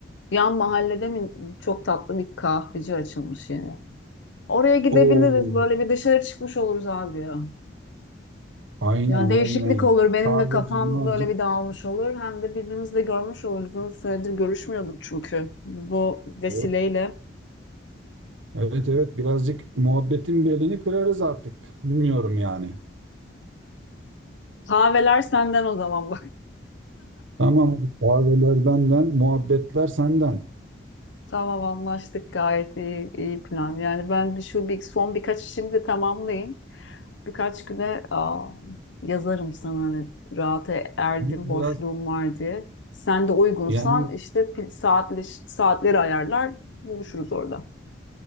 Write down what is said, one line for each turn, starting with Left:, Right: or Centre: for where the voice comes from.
Left: yan mahallede mi çok tatlı bir kahveci açılmış yeni. Oraya gidebiliriz.
Right: Oo,
Left: Böyle bir dışarı çıkmış oluruz abi ya.
Right: aynen
Left: Yani değişiklik
Right: aynen.
Left: olur. Benim
Right: Sadece
Left: de kafam
Right: mavci.
Left: böyle bir dağılmış olur. Hem de birbirimizi de görmüş oluruz. Uzun süredir görüşmüyorduk çünkü. Bu vesileyle.
Right: Evet, evet, evet. Birazcık muhabbetin belini kırarız artık. Bilmiyorum yani.
Left: Kahveler senden o zaman <laughs>
Right: Tamam, hadi kahveler benden, muhabbetler senden.
Left: Tamam anlaştık gayet iyi, iyi plan. Yani ben bir şu bir, son birkaç işimi de tamamlayayım. Birkaç güne aa, yazarım sana hani rahata erdim,
Right: Yalnız Biraz
Left: boşluğum var diye. Sen de uygunsan
Right: yani
Left: işte pil- saatle, saatleri ayarlar buluşuruz orada.